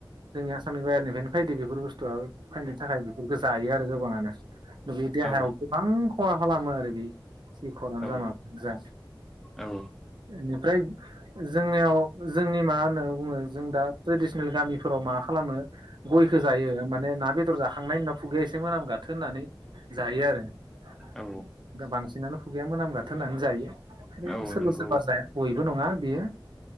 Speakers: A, on the right; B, in the centre.
A: जोंनि आसामनि बाहेरनिफ्रायनो फायदो बेफोर बु स्थुआ फायनो थाखाय बेफोरखौ जायो आरो गोबाङानो। बे देहायाव
B: औ
A: गोबां खहा खालामो आरो बे सिखरानो
B: औ
A: जा माबायानो जा।
B: औ।
A: बेनिफ्राय जोंनियाव जोंनि मा होनना बुङो जों दा ट्रेडिसनेल गामिफोराव मा खालामो? गयखौ जायो माने ना बेदर जाखांनाय होननाव खुगैया एसे मोनामगाथो होननानै जायो आरो
B: औ
A: बांसिनानो खुगैया मोनामगाथो होननानै जायो
B: औ
A: सोरबा
B: नंगौ
A: सोरबा जाया बयबो नङा बियो